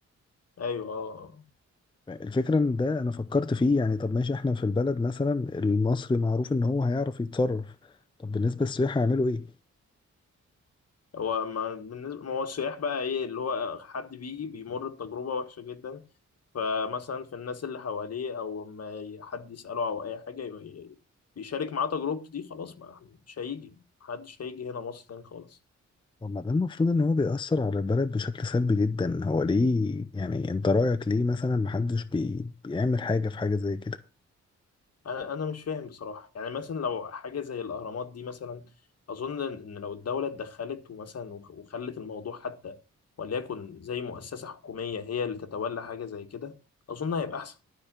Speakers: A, on the left; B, on the left.
A: ايوه اه آه.
B: الفكرة ان ده انا فكرت فيه يعني طب ماشي احنا في البلد مثلا المصري معروف ان هو هيعرف يتصرف طب بالنسبة للسياح هيعملوا ايه؟
A: هو ما بالنسبه ما هو السياح بقى ايه اللي هو حد بيجي بيمر بتجربه وحشه جدا فمثلا في الناس اللي حواليه او ما ي- حد يساله او اي حاجه ي- ي- بيشارك معاه تجربته دي خلاص ما مش هيجي محدش هيجي هنا مصر تاني خالص
B: طب ما ده المفروض ان هو بيأثر على البلد بشكل سلبي جدا هو ليه يعني انت رأيك ليه مثلا محدش بي... بيعمل حاجة في حاجة زي كده؟
A: انا انا مش فاهم بصراحه يعني مثلا لو حاجه زي الاهرامات دي مثلا اظن ان لو الدوله اتدخلت ومثلا وخ- وخلت الموضوع حتى وليكن زي مؤسسه حكوميه هي اللي تتولى حاجه زي كده اظن هيبقى احسن